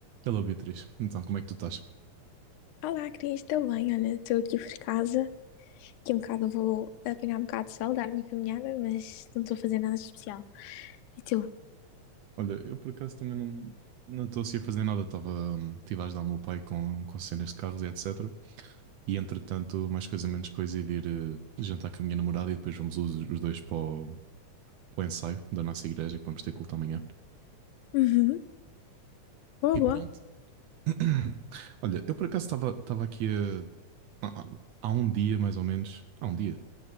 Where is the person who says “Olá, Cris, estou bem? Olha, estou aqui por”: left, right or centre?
Left